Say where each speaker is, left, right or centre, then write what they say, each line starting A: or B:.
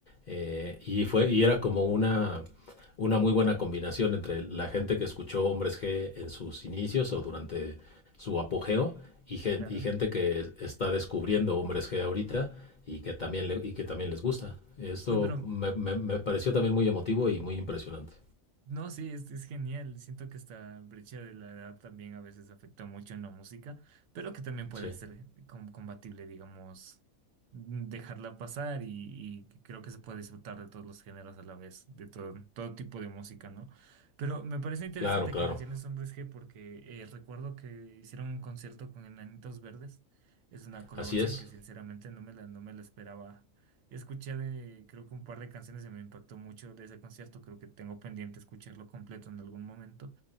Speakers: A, on the left (about 55°); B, on the right (about 75°).
A: eh, y, fue, y era como una una muy buena combinación entre la gente que escuchó Hombres G en sus inicios o durante su apogeo y, gen-
B: claro.
A: y gente que está descubriendo Hombres G ahorita y que también, le- y que también les gusta. Esto
B: Uy, pero
A: me, me- me pareció también muy emotivo y muy impresionante.
B: No, sí, es, es genial. Siento que esta brecha de la edad también a veces afecta mucho en la música, pero que también puede
A: Sí,
B: ser com- combatible, digamos, mm, dejarla pasar y, y creo que se puede disfrutar de todos los géneros a la vez, de todo, todo tipo de música, ¿no? Pero me parece interesante
A: claro, claro.
B: que menciones Hombres G porque eh, recuerdo que hicieron un concierto con Enanitos Verdes. Es una colaboración
A: Así es.
B: que sinceramente no me la, no me la esperaba Escuché de, creo que un par de canciones que me impactó mucho de ese concierto. Creo que tengo pendiente escucharlo completo en algún momento.